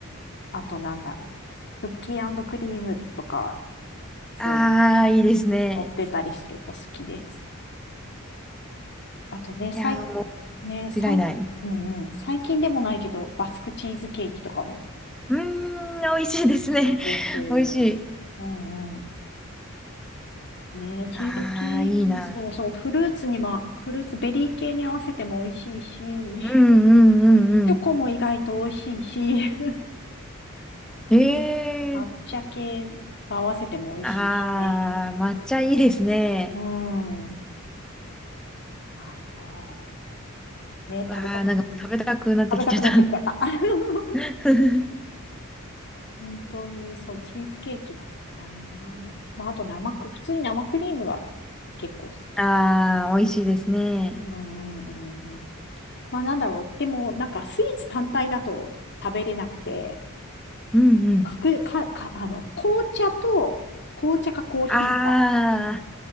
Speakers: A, on the left (about 55°); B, in the centre.
A: あとなんだろう。クッキークリームとか、そういう、
B: ああ、いいですね。
A: 乗ってたりすると好きです。あとね、
B: いやー、
A: 最、
B: もう
A: ね、最、
B: 間違いない。
A: うんうん、最近でもないけど、バスクチーズケーキとかも
B: うーん、美味しいですね。
A: いいです。
B: <laughs>
A: うんうん。
B: 美味しい。
A: ね、チーズケーキ、
B: ああ、いいな。
A: そうそう、フルーツにも、フルーツ、ベリー系に合わせても美味しいし、<laughs>
B: うんうんうんうん。
A: チョコも意外と美味しいし、<laughs>
B: へえ。
A: 抹茶系と合わせても美味しいしね。
B: ああ、抹茶いいですね。
A: うん。ああ、ね、
B: わあ、
A: 食べた、
B: なんかもう食べたくなってきちゃった。
A: 食べたくなってきちゃった。<laughs>
B: <laughs>
A: 本当に、そう、チーズケーキが好きかな。まあ、あと生ク、普通に生クリームが結構好き。
B: ああ、美味しいですね。
A: うんうんうんまあなんだろう。でも、なんかスイーツ単体だと食べれなくて、
B: うんうん。
A: かく、か、か、あの、紅茶と、紅茶かコーヒーか、
B: ああ、